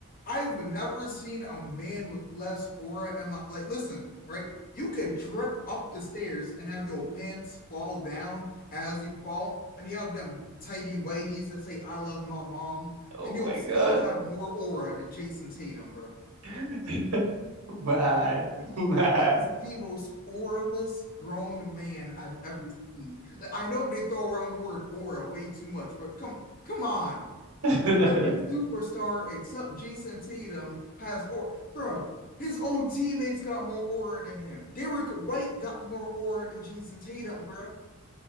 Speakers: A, on the left; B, on the right.
A: I've never seen a man with less aura. And my, like, listen, right? You could trip up the stairs and have your pants fall down as you fall, and you have them tidy whities that say "I love my mom,"
B: Oh
A: and you'll
B: my
A: still
B: God.
A: have more aura than Jason Tatum, bro.
B: <laughs> man,
A: Like
B: man.
A: he is the most oralist grown man I've ever seen. Like I know they throw around the word aura way too much, but come come on.
B: <laughs>
A: Every superstar except Jason Tatum has aura. Bruh, his own teammates got more aura than him. Derek White got more aura than Jason Tatum, bruh.